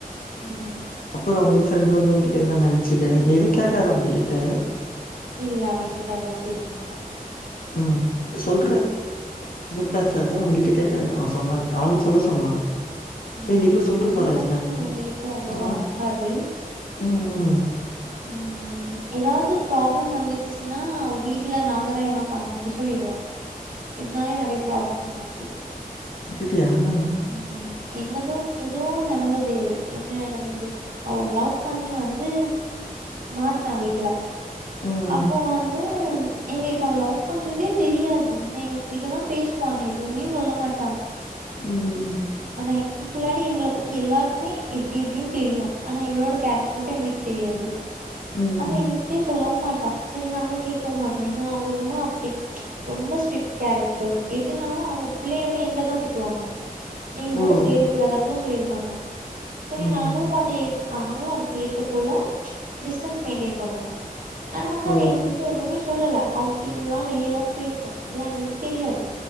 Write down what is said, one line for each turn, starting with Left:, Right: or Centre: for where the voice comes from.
Right: ம்
Left: அப்பரோ உ ஃப்ரெண்டு வந்து உன்கிட்ட எதன நெனச்சுக்க நீ எது கேக்காத அவுங்க கிட்ட
Right: இல்ல அவ எ கிட்ட அவ்ளோவா பேச மாட்டா
Left: ம் சொல்றே எது பேசாத அவெ கிட்ட கேக்காத அவ சொன்னான்ட்டு அவனு சொல்ல சொன்னா
Right: ம்
Left: ஏ நீ போய் சொல்ற
Right: அவளுக்கும்
Left: பாறே <unintelligible>
Right: எங்களுக்கு அவ்ளோவா
Left: ஆம்
Right: ஆகாது
Left: ம் ம்
Right: ம் ஏதாது ப்ராப்ளம் வந்துடுச்சுன்னா வீட்ல நாங்கதா எல்லாம் பண்ணோ அப்டி சொல்லிடுவா என்னாலே நெறைய ப்ராப்ளம் அவளுக்கு
Left: சிப்பிட்டி ஆனா
Right: <inaudible> என்னதோ ஏதோ நடந்ததே என்ன நடந்தது அவ லவ் பண்ணி வந்து மாட்னா வீட்ல
Left: ம்
Right: அப்ப வந்து எங்களுக்கு அவ லவ் பண்றதே தெரியாது ஏன்னா எங்க கிட்டதா பேசுவா ஆனா எதுமே சொல்ல மாட்டா
Left: ம்
Right: ஆனா எங்களுக்குள்ளாடி எங்கள பத்தி எல்லாருக்குமே இப்டி இப்டினு தெரியு ஆனா இவளோட கேரக் <unintelligible> முன்னடி எங்களுக்கு தெரியாது
Left: ம்
Right: அவ எங்க கிட்ட சொல்லவு மாட்டா சரி நாங்களு கேக்கவு மாட்டே ஏன்னா அவுங்க உம்மா அப்டி ரொம்ப ஸ்ட்ரிட் கேரக்டர் எதுனாலு அவுங்க பிள்ளைய விட எங்கள தா திட்டுவாங்க எங்க
Left: ஓ!
Right: கூட சேர கூடாது அப்டில்லா சொல்லியிருக்காங்க சரி
Left: ம்.
Right: நாங்களு இப்ப அத ஏத் நாங்களு அதுக்கு ஏத்த போல டிஸ்டன்ஸ் மெயின்டெயின் பண்ணுவோ ஆனா வந்து
Left: ஓ!
Right: அவ எங் <unintelligible> கிட்ட எதுமே சொல்லல அவுட்டிங்ல்லா வெளியல்லா போயிருக்கா அதெல்லா எங்ளுக்கு தெரியாது